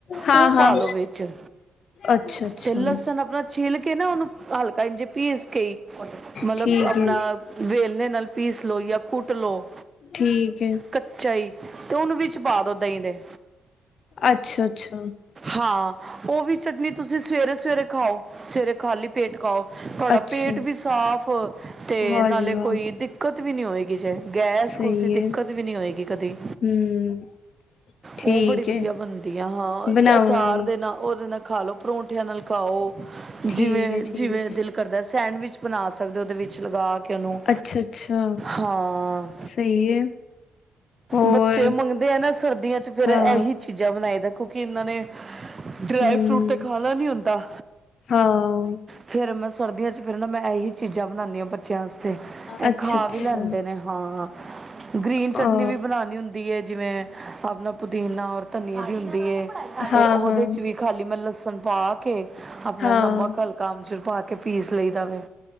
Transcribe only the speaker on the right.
ਉਹ ਪਾ
ਲਓ ਵਿੱਚ
ਤੇ ਲਸਣ ਆਪਣਾ ਛਿੱਲ ਕੇ ਨਾ, ਉਹਨੂੰ ਹਲਕਾ ਇੰਜੇੰ ਪੀਸ ਕੇ ਮਤਲਬ
ਆਪਣਾ
ਵੇਲਣੇ ਨਾਲ ਪੀਸ ਲਓ ਜਾਂ ਕੁੱਟ ਲੋ।
ਕੱਚਾ ਈ ਤੇ ਉਹਨੂੰ ਵਿੱਚ ਪਾ ਦੋ ਦਹੀਂ ਦੇ
ਹਾਂ, ਉਹ ਵੀ ਚਟਣੀ ਤੁਸੀਂ ਸਵੇਰੇ ਸਵੇਰੇ ਖਾਓ ਸਵੇਰੇ ਖਾਲੀ ਤੁਹਾਡਾ
ਪੇਟ ਵੀ ਸਾਫ਼ ਤੇ
ਨਾਲੇ
ਕੋਈ ਦਿਕ ਕੁਛ ਵੀ ਨਹੀਂ ਹੋਏਗੀ ਜੇ ਗੈਸ
ਗੁਸ ਦੀ ਦਿੱਕਤ
ਵੀ ਨਹੀਂ ਹੋਏਗੀ ਕਦੇ।
ਉਹ ਬੜੀ ਵਧੀਆ
ਬਣਦੀ ਆ, ਹਾਂ
ਅਚਾਰ ਦੇ ਨਾਲ। ਉਹਦੇ ਨਾਲ ਖਾ ਲਓ ਪਰੌਠਿਆਂ ਨਾਲ ਖਾਓ
ਜਿਵੇਂ
ਜਿਵੇਂ ਦਿਲ
ਕਰਦਾ? ਸੈਂਡਵਿਚ ਬਣਾ ਸਕਦੇ ਹੋ, ਉਹਦੇ ਵਿੱਚ ਲਗਾ ਕੇ। ਕੇ ਓਹਨੂੰ
ਹਾਂ।
ਬੱਚੇ ਮੰਗਦੇ ਆ ਨਾ ਸਰਦੀਆਂ 'ਚ ਫਿਰ
ਇਹੀ ਚੀਜ਼ਾਂ ਬਣਾਈ ਦਾ, ਕਿਉਂਕਿ ਇਹਨਾਂ ਨੇ ਡਰਾਈ
ਫਰੂਟ ਤੇ ਖਾਣਾ ਨਹੀਂ ਹੁੰਦਾ।
ਫਿਰ ਮੈਂ ਸਰਦੀਆਂ 'ਚ ਫਿਰ ਨਾ ਮੈਂ ਐਹੀ ਚੀਜ਼ਾਂ ਬਣਾਂਦੀ ਆ ਬੱਚਿਆਂ ਵਾਸਤੇ ਐਹ
ਖਾ ਵੀ ਲੈਂਦੇ ਨੇ। ਹਾਂ, ਗ੍ਰੀਨ ਚਟਨੀ
ਵੀ ਬਨਾਣੀ ਹੁੰਦੀ ਹੁੰਦੀ ਏ ਜਿਵੇਂ ਆਪਣਾ ਪੁਦੀਨਾ ਔਰ ਧਨੀਏ ਦੀ ਹੁੰਦੀ ਏ। ਤੇ
ਉਹਦੇ 'ਚ ਵੀ ਖਾਲੀ ਮੈਂ ਲਸਣ ਪਾ ਕੇ ਆਪਣਾ
ਨਮਕ ਹਲਕਾ ਅਮਚੂਰ ਪਾ ਕੇ ਪੀਸ ਲਈਦਾ ਵੇ